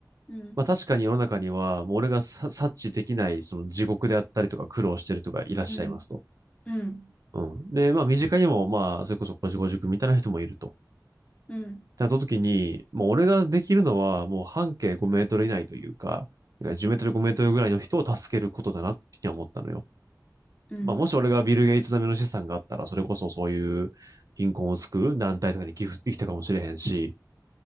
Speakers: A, on the left; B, on the right.
A: うん、
B: まあ確かに世の中には、もう俺がさ察知できない、その地獄であったりとか苦労してるとかいらっしゃいますと。
A: うん、うん、
B: うん。で、まあ身近にも、まあ、それこそこじこ塾みたいな人もいると。
A: うん、
B: なった時に、もう俺ができるのは、もう半径5メートル以内というか、10メートル5メートルぐらいの人を助けることだなって思ったのよ。
A: うん、うん、
B: まあ、もし俺がビル・ゲイツ並みの資産があったら、それこそそういう貧困を救う団体とかに寄付できたかもしれへんし、